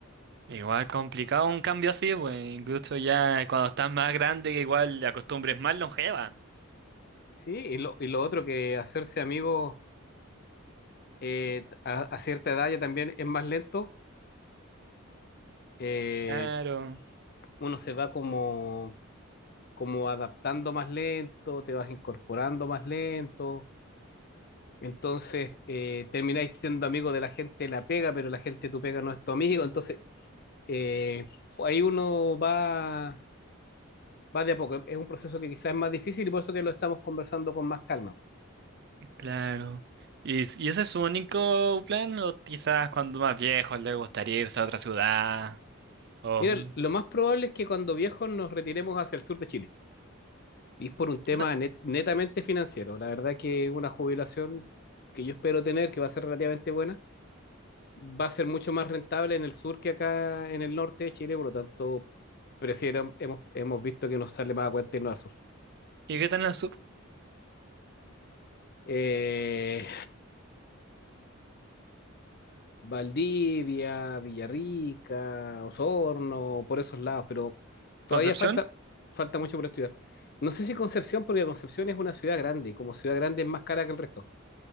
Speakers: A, on the right; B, on the left.
A: Igual complicado un cambio así, pues. Incluso ya cuando estás más grande, que igual la costumbre es más longeva.
B: Sí, y lo, y lo otro que hacerse amigo eh, a, a cierta edad ya también es más lento, eh,
A: Claro,
B: uno se va como, como adaptando más lento, te vas incorporando más lento. Entonces, eh, termináis siendo amigo de la gente de la pega, pero la gente de tu pega no es tu amigo. Entonces, eh, ahí uno va, va de a poco. Es un proceso que quizás es más difícil y por eso que lo estamos conversando con más calma.
A: claro. ¿Y, s- y ese es su único plan? ¿O quizás cuando más viejo le gustaría irse a otra ciudad? ¿O...
B: Mira, lo más probable es que cuando viejos nos retiremos hacia el sur de Chile. Y es por un tema
A: ¿Y ta-
B: net- netamente financiero. La verdad que una jubilación que yo espero tener, que va a ser relativamente buena, va a ser mucho más rentable en el sur que acá en el norte de Chile. Por lo tanto, prefiero, hemos, hemos visto que nos sale más a cuenta irnos al sur.
A: y qué tal en el sur?
B: eh, Valdivia, Villarrica, Osorno, por esos lados, pero todavía
A: ¿Concepción?
B: falta, falta mucho por estudiar. No sé si Concepción, porque Concepción es una ciudad grande, y como ciudad grande es más cara que el resto.